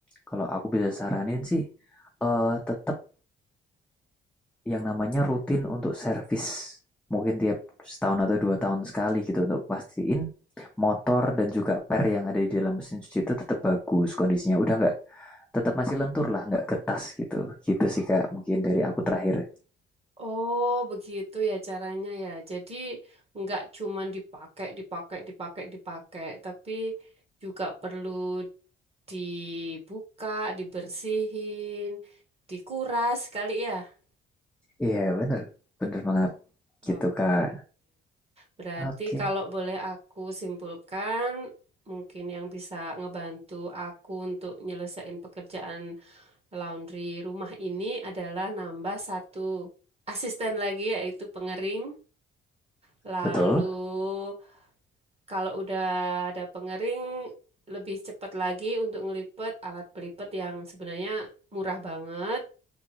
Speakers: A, in the centre; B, on the right (about 30°).
A: Kalau aku bisa saranin sih, eh tetap yang namanya rutin untuk servis. Mungkin tiap setahun atau dua tahun sekali gitu untuk pastiin motor dan juga per yang ada di dalam mesin cuci itu tetap bagus kondisinya. Udah nggak tetap masih lentur lah, nggak getas gitu. Gitu sih kak, mungkin dari aku terakhir.
B: Oh, begitu ya caranya ya. Jadi nggak cuman dipakai, dipakai, dipakai, dipakai, tapi juga perlu dibuka, dibersihin, dikuras kali ya.
A: Iya bener, bener banget
B: Oke.
A: gitu kak.
B: Berarti
A: Oke.
B: kalau boleh aku simpulkan, mungkin yang bisa ngebantu aku untuk nyelesain pekerjaan laundry rumah ini adalah nambah satu asisten lagi yaitu pengering. Lalu
A: Betul?
B: kalau udah ada pengering lebih cepat lagi untuk ngelipet alat pelipet yang sebenarnya murah banget.